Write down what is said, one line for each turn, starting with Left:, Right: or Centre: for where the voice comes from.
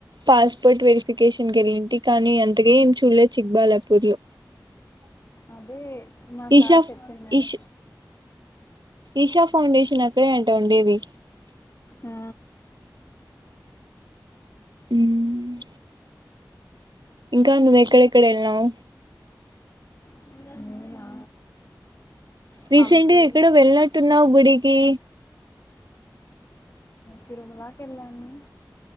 Right: పాస్పోర్ట్ వెరిఫికేషన్కి వెళ్ళింటి కానీ అంతగా ఏం చూడలేదు చిక్బాలాపూర్ లో
Left: అదే మా సార్
Right: ఈషా ఫ్
Left: చెప్పినారు
Right: ఇష్ ఈషా ఫౌండేషన్ అక్కడే అంట ఉండేది
Left: ఆ,
Right: ఉమ్ ఇంకా నువ్వు ఎక్కడెక్కడ వెళ్నావు
Left: అవునవును. నేనా?
Right: రీసెంట్
Left: హంపి
Right: గా ఎక్కడ వెళ్ళనట్టున్నావు గుడికి
Left: తిరుమలకి వెళ్ళాను